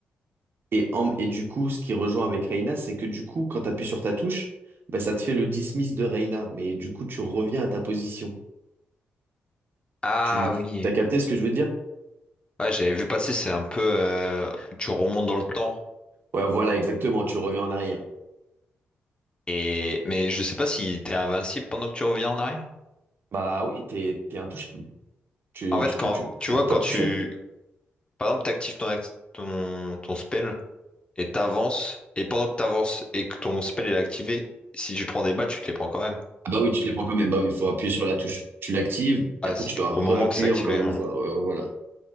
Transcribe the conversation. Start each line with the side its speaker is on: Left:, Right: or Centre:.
Right: Et, en- et du coup, ce qui rejoint avec Reina, c'est que du coup, quand tu appuies sur ta touche, bah, ça te fait le dismiss de Reina. Mais du coup, tu reviens à ta position.
Left: ah
Right: Tu, tu-
Left: oui.
Right: t'as capté ce que je veux dire?
Left: Ouais, j'avais vu passer. C'est un peu, euh, tu remontes dans le temps.
Right: Ouais, voilà, exactement, tu reviens en arrière.
Left: Et mais je sais pas si t'es invincible pendant que tu reviens en arrière.
Right: Bah oui, t'es, t'es intouchable. Tu,
Left: En fait,
Right: tu,
Left: quand
Right: tu, tu-
Left: tu
Right: on
Left: vois
Right: peut pas
Left: quand
Right: te
Left: tu,
Right: toucher.
Left: par exemple, t'actives ton acti- ton ton spell et t'avances et pendant que t'avances et que ton spell est activé, si tu te prends des balles, tu te les prends quand même.
Right: Ah Bah oui, tu les prends quand même. Bah oui, il faut appuyer sur la touche. Tu l'actives,
Left: Ah,
Right: et après
Left: c'est
Right: tu dois réappuyer
Left: au moment que c'est activé.
Right: encore une
Left: hein.
Right: fois. Euh, voilà.